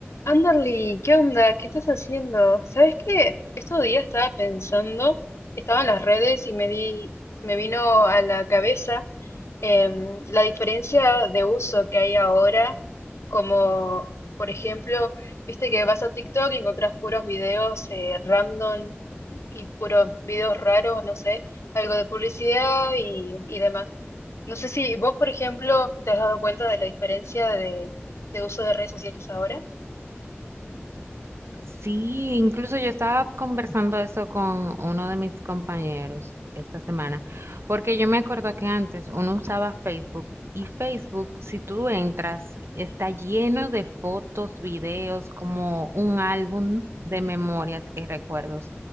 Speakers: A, on the left; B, on the right.
A: Anderly, ¿qué onda? ¿Qué estás haciendo? ¿Sabes qué? Estos días estaba pensando, estaba en las redes y me di, me vino a la cabeza em, la diferencia de uso que hay ahora, como por ejemplo, viste que vas a TikTok y encontrás puros videos eh, random y puros videos raros, no sé, algo de publicidad y, y demás. No sé si vos, por ejemplo, te has dado cuenta de la diferencia de de uso de redes sociales ahora.
B: Sí, incluso yo estaba conversando eso con uno de mis compañeros esta semana, porque yo me acuerdo que antes uno usaba Facebook y Facebook, si tú entras, está lleno de fotos, videos, como un álbum de memorias y recuerdos.